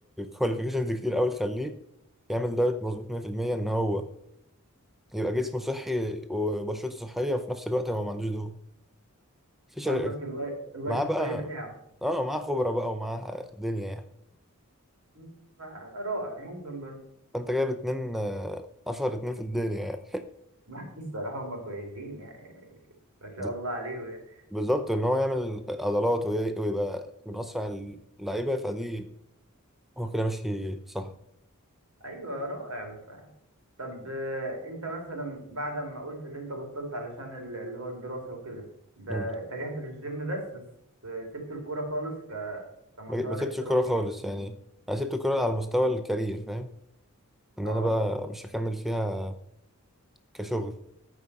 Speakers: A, in the centre; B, on the right.
A: كواليفيكيشنز كتير قوي تخليه يعمل دايت مظبوط 100% ان هو يبقى جسمه صحي وبشرته صحيه وفي نفس الوقت هو ما عندوش دهون في شر...
B: قصدك اللاي- اللايف
A: معاه بقى
B: ستايل بتاعه
A: اه معاه خبره بقى ومعاه دنيا يعني
B: مم، فرائع ممكن برضه
A: انت جايب اتنين آه، اشهر اتنين في الدنيا
B: <laughs> الصراحة هم كويسين يعني ما شاء
A: يعني
B: الله عليهم يعني.
A: بالظبط ان هو يعمل عضلات وي- ويبقى من اسرع اللعيبه فدي هو كده ماشي صح
B: ايوه رائع بصراحه طب آه، انت مثلا بعد ما قلت اللي انت بطلت علشان ال- اللي هو الدراسه وكده ب- اتجهت
A: مم.
B: للجيم بس بس آه، سبت الكوره خالص ك... كمسار
A: ما ما سبتش
B: احترافي
A: الكوره خالص
B: يعني
A: يعني انا سبت الكوره على مستوى الكارير فاهم ان
B: اه
A: انا بقى مش هكمل فيها كشغل